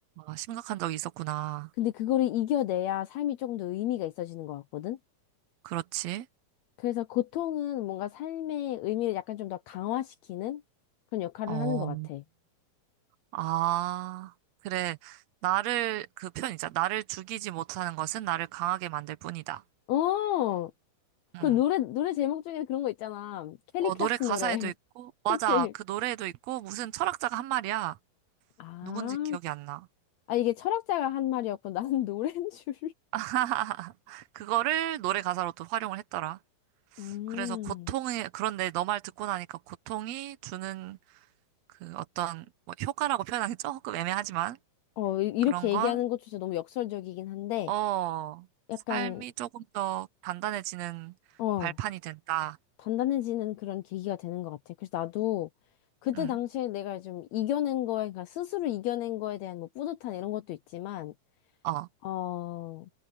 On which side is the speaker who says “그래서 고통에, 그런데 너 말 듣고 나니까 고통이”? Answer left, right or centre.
Right